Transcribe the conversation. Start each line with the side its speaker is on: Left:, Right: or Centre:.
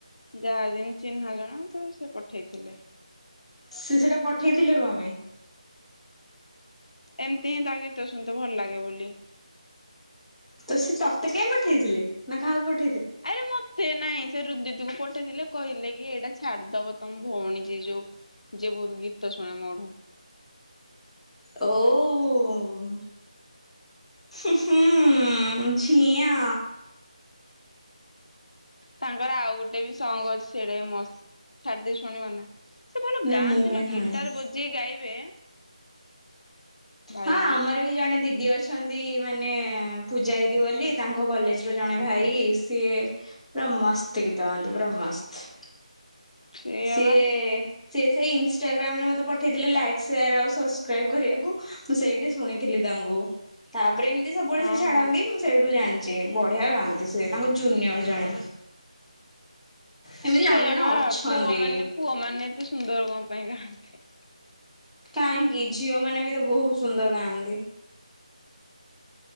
Left: ଯାହା ଜ ଚିହ୍ନା ଜଣା ତ ସେ ପଠେଇଥିଲେ।
Centre: ସେ ସେଟା ପଠେଇଥିଲେ କଣ୍ ପାଇଁ?
Left: ଏମତି ହିଁ ତା ଗୀତ ଶୁଣି ତେ ଭଲ ଲାଗେ ବୋଲି।
Centre: ତ ସେ ତତେ କାଇଁ ପଠେଇଥିଲେ ନା କାହାକୁ ପଠେଇ
Left: ଆରେ ମତେ ନାଇଁ ସେ ରୁନ୍ ଦିଦିକୁ ପଠେଇଥିଲେ କହିଲେ କି ଏଇଟା ଛାଡ଼ିଦବ ତମ ଭଉଣୀ ଯ ଯୋଉ ଯେ ବହୁତ ଗୀତ ଟ ଶୁଣେ ମଢ
Centre: ଓ ହ ହୁଁ ହୁଁ ିଆ
Left: ତାଙ୍କର ଆଉ ଗୋଟେ ବି ସଙ୍ଗ ଅଛି ସେଇଟା ବି ମସ୍ତ। ଛାାରଦି ଶୁଣିବ ନା ସେ ଭଲ
Centre: ନା
Left: ଗାଁ
Centre: ମୁଁ
Left: ନ୍ତିଲୋ
Centre: କାଇଁ ଶୁଣିନି।
Left: ଗିତାର ବଜେଇ ଗାଇବେ ଭାଇ
Centre: ହଁ ଆମର ବି ଜଣେ ଦିଦି ଅଛ ଛନ୍ତି ମାନେ ପୂଜାଦି ବୋଲି ତାଙ୍କ କଲେଜ ର ଜଣେ ଭାଇ ସିଏ ମସ୍ତ ଗୀତ ହନ୍ତି ପା ମସ୍ତ
Left: ସେଇଆ
Centre: ସିଏ
Left: ବା
Centre: ସେ ସେଇ ଇନସଷ୍ଟାଗ୍ରାମ ରେ ମତେ ପଠେଇଥିଲେ ଲାଇକ୍ ସେୟାର ଆଉ ସବସ୍କ୍ରାଇବ କରିବାକୁ। ମୁଁ ସେଇଠି ଶୁଣିଥିଲି ତାଙ୍କୁ ତାପରେ ଏମିତି ସବୁବେଳେ ସେ
Left: ଅହ
Centre: ଛାଡନ୍ତି
Left: ହୁଁ।
Centre: ମୁଁ ସେଇଠୁ ଜାଣିଛିି। ବଢିଆ ଗାଁନ୍ତି ସେ ତାଙ୍କ ଜୁନିୟର ଜଣେ।
Left: ହୁଁ
Centre: ଏମିତି ଜଣେ
Left: ସେଇଆ
Centre: ଜଣେ
Left: ବା
Centre: ଅଛନ୍ତି
Left: ପୁଅ ମାନେ ପୁଅ ମାନେ କେତେ ସୁନ୍ଦର କଣ ପାଇଁ ଗାଆନ୍ତି।
Centre: କାହିଁକି ଝିଅ ମାନେ ବି ତ ବହୁତ ସୁନ୍ଦର ଗାଆନ୍ତି।